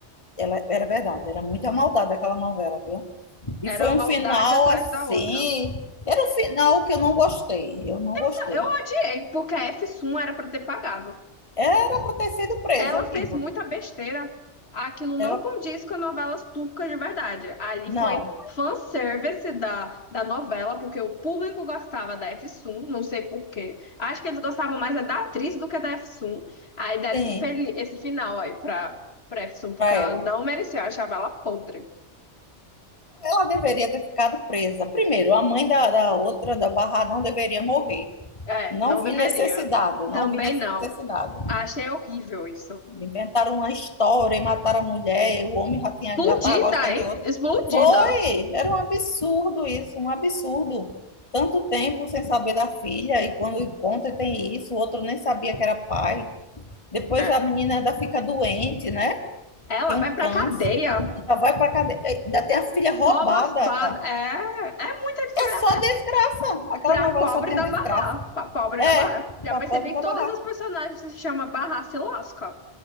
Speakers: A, on the left; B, on the left.
A: ela, era verdade, era muita maldade aquela novela, viu? E
B: Era
A: foi
B: uma
A: um final
B: maldade atrás
A: assim.
B: da outra.
A: Era um final que eu não gostei. Eu não
B: Tá,
A: gostei.
B: Eu odiei, porque a F1 era pra ter pagado.
A: Era para ter sido presa.
B: Ela fez
A: E
B: muita besteira. Aquilo não
A: ela.
B: condiz com novelas turcas de verdade. Ali
A: Não,
B: foi fanservice da, da novela, porque o público gostava da Efsun, não sei por quê. Acho que eles gostavam mais é da atriz do que da Efsun. Aí deram
A: sim,
B: esse, fel- esse final aí pra, pra Efsun, porque
A: para
B: ela
A: ela.
B: não merecia, eu achava ela podre.
A: Ela deveria ter ficado presa. Primeiro, a mãe da, da outra, da Barra, não deveria morrer.
B: É,
A: Não
B: não
A: vi
B: deveria.
A: necessidade, não
B: Também
A: vi necessidade.
B: não. Achei horrível isso.
A: Inventaram uma história e mataram a mulher, o homem já tinha,
B: Explodida,
A: já estava gostando
B: hein?
A: de outra.
B: Explodida.
A: Foi! Era um absurdo isso, um absurdo. Tanto tempo sem saber da filha, e quando encontra tem isso, o outro nem sabia que era pai. Depois
B: É.
A: a menina ainda fica doente, né?
B: Ela
A: Tem
B: vai
A: um
B: pra
A: câncer,
B: cadeia.
A: ainda vai para cadeia, ainda tem a filha roubada.
B: Rouba, ba- é, é muita desgraça.
A: É só
B: É.
A: desgraça. Aquela
B: Pra
A: novela
B: pobre
A: só tem
B: da
A: a desgraça.
B: Barra. Pra pobre
A: É,
B: da Barra. Já
A: para
B: percebi
A: pobre
B: que
A: da
B: todas
A: barraca.
B: as personagens que se chama Barra se lascam.